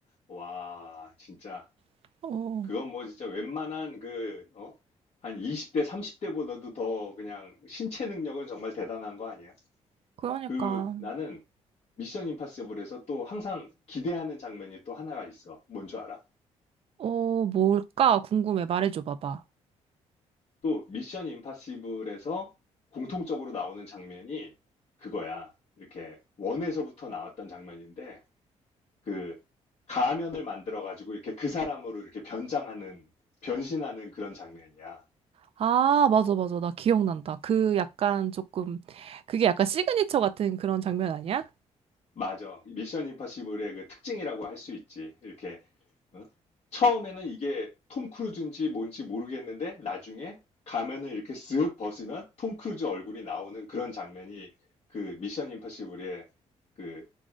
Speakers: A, on the left (about 55°); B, on the right (about 50°).
A: 와, 진짜.
B: <laughs> 어,
A: 그건 뭐 진짜 웬만한 그, 어? 한 20대, 30대보다도 더 그냥 신체 능력은 정말 대단한 거 아니야?
B: 그러니까,
A: 그, 나는 미션 임파서블에서 또 항상 기대하는 장면이 또 하나가 있어. 뭔 줄 알아?
B: 어, 뭘까? 궁금해. 말해줘 봐봐.
A: 또 미션 임파서블에서 공통적으로 나오는 장면이 그거야. 이렇게 원에서부터 나왔던 장면인데, 그 가면을 만들어 가지고 이렇게 그 사람으로 이렇게 변장하는 변신하는 그런 장면이야.
B: 아, 맞아, 맞아. 나 기억난다. 그 약간 조금, 그게 약간 시그니처 같은 그런 장면 아니야?
A: 맞아. 미션 임파서블의 그 특징이라고 할 수 있지. 이렇게 어? 처음에는 이게 톰 크루즈인지 뭔지 모르겠는데 나중에 가면을 이렇게 쓱 벗으면 톰 크루즈 얼굴이 나오는 그런 장면이 그 미션 임파서블의 그